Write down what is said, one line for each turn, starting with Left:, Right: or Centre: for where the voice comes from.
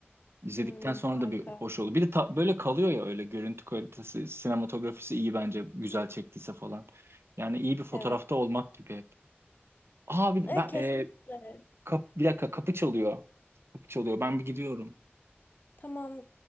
Right: İzledikten
Left: Hmm,
Right: sonra
Left: harika.
Right: da bir hoş oldu. Bir de ta- böyle kalıyor ya öyle görüntü kalitesi, sinematografisi iyi bence güzel çektiyse falan. Yani iyi bir fotoğrafta
Left: Evet.
Right: olmak gibi hep. Aa bir,
Left: Evet
Right: ben,
Left: kesinlikle.
Right: e, kap- bir dakika kapı çalıyor. Kapı çalıyor. Ben bir gidiyorum.
Left: Tamam